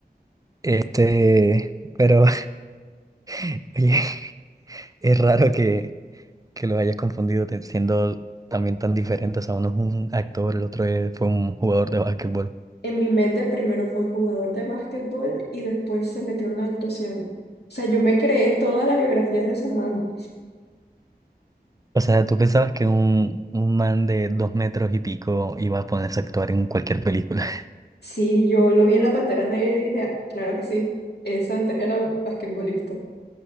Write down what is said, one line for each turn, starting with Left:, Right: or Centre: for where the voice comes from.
Right: Este, pero <laughs> oye, es raro que, que los hayas confundido te- siendo también tan diferentes. O sea, uno es un actor, el otro es- fue un jugador de básquetbol.
Left: En mi mente primero fue jugador de básquetbol y después se metió en la actuación. O sea, yo me creé todas las biografías de ese man.
Right: O sea, ¿tú pensabas que un, un man de dos metros y pico iba a ponerse a actuar en cualquier película?
Left: Sí, yo lo vi en la Pantera Negra y dije, "Ah, claro que sí, ese antes era basquetbolista.